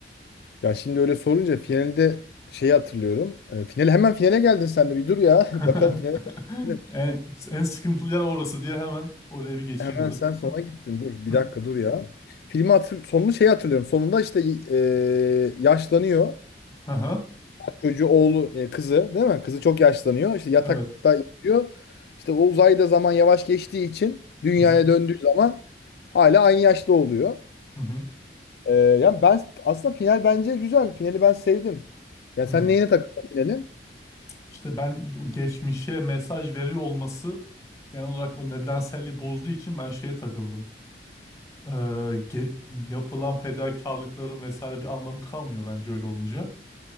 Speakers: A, on the left; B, on the left.
A: Ya şimdi öyle sorunca finalde şeyi hatırlıyorum. E, finale hemen finale geldin sen de bir dur ya.
B: <laughs>
A: <laughs> Bakalım finale geldim.
B: En, en sıkıntılı yer orası diye hemen oraya bir geçeyim
A: Hemen
B: dedim.
A: sen sona gittin. Dur bir
B: <laughs>
A: dakika dur ya. Filmi hatır sonunu şeyi hatırlıyorum. Sonunda işte e, yaşlanıyor.
B: Aha,
A: Çocuğu oğlu e, kızı değil mi? Kızı çok yaşlanıyor. İşte yatakta
B: evet.
A: yatıyor. İşte o uzayda zaman yavaş geçtiği için dünyaya
B: Hı hı,
A: döndüğü zaman hala aynı yaşta oluyor.
B: hı hı,
A: Ee, yani ben aslında final bence güzel. Finali ben sevdim. Ya
B: hı.
A: sen neyine takıldın finalin?
B: İşte ben o geçmişe mesaj veriyor olması genel olarak o nedenselliği bozduğu için ben şeye takıldım. Ee, ge- yapılan fedakarlıkların vesaire bir anlamı kalmıyor bence öyle olunca.